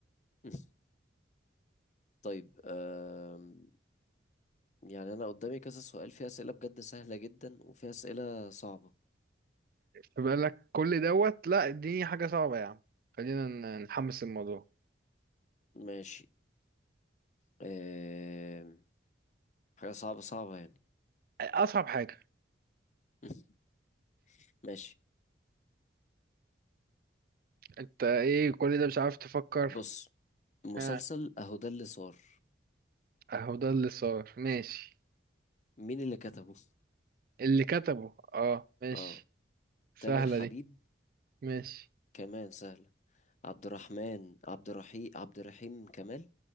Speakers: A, on the left; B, on the right.
A: <laughs> طيب أم... يعني انا قدامي كذا سؤال فيه اسئلة بجد سهلة جدا وفيه اسئلة صعبة
B: فبقول لك كل دوت لا اديني حاجة صعبة يا عم خلينا ن- نحمس الموضوع
A: ماشي أم... حاجة صعبة صعبة يعني
B: اصعب حاجة
A: <laughs> ماشي
B: انت ايه كل ده مش عارف تفكر
A: بص مسلسل
B: ها
A: اهو ده اللي صار
B: اهو ده اللي صار ماشي
A: مين اللي كتبه
B: اللي كتبه اه ماشي
A: اه
B: سهلة
A: تامر حبيب
B: دي ماشي
A: كمان سهلة عبد الرحمن عبد الرحيم عبد الرحيم كمال